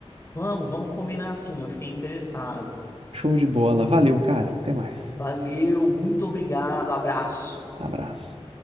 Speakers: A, on the left; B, on the right.
A: Vamos, vamos combinar assim. Eu fiquei interessado.
B: Show de bola. Valeu, cara. Até mais.
A: Valeu, muito obrigado, abraço.
B: Abraço.